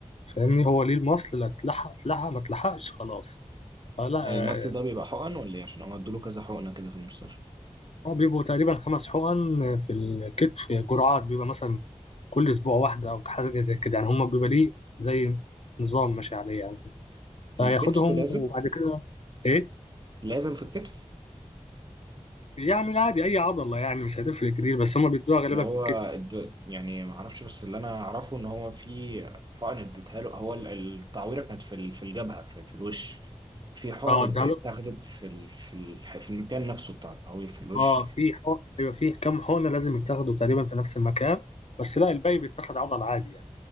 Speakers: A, on the left; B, on the right.
A: فاهمني هو ليه المصل لا اتلحق اتلحق ما اتلحقش خلاص فلا
B: يعني
A: آه،
B: المصل ده بيبقى حقن ولا ايه عشان هو ادوله كذا حقنه كده في المستشفى
A: هو بيبقوا تقريبا خمس حقن في الكتف جرعات بيبقى مثلا كل أسبوع واحدة أو حاجة زي كده يعني هما بيبقى ليه زي نظام ماشي عليه يعني فياخدهم
B: الكتف لازم
A: وبعد كده إيه
B: لازم في الكتف
A: يعني عادي أي عضلة يعني مش هتفرق كتير بس هما بيدوها
B: بس
A: غالبا
B: اللي هو
A: في الكتف
B: الد- يعني ما اعرفش بس اللي انا اعرفه ان هو في حقن اديتها له هو ال- التعويره كانت في ال- في الجبهه في, في الوش في حقن
A: اه
B: ات-
A: ده
B: اتاخدت في ال- في ال- في المكان نفسه بتاع التعوير في الوش
A: اه
B: يعني
A: في حقن ايوه في كام حقنه لازم يتاخدوا تقريبا في نفس المكان بس لا الباقي بيتاخد عضل عادي يعني